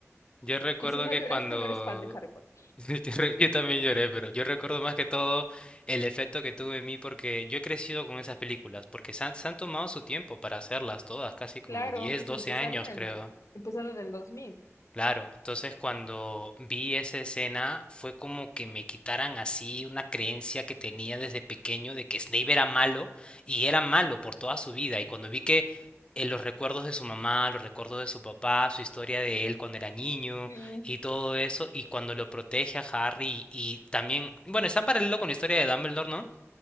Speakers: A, on the left; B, on the left.
A: Yo recuerdo
B: Y si no
A: que
B: lloraste,
A: cuando
B: no eres fan de Harry Potter.
A: <laughs> Yo re- yo también lloré, pero yo recuerdo más que todo el efecto que tuvo en mí porque yo he crecido con esas películas, porque se han, se han tomado su tiempo para hacerlas todas, casi como
B: Claro,
A: 10,
B: pues
A: 12
B: empezaron
A: años
B: en,
A: creo.
B: empezaron en el dos mil
A: Claro, entonces cuando vi esa escena fue como que me quitaran así una creencia que tenía desde pequeño de que Snape era malo y era malo por toda su vida y cuando vi que en los recuerdos de su mamá, los recuerdos de su papá, su historia de él cuando era niño
B: Sí,
A: y todo eso y cuando lo protege a Harry y también, bueno, está en paralelo con la historia de Dumbledore, ¿no?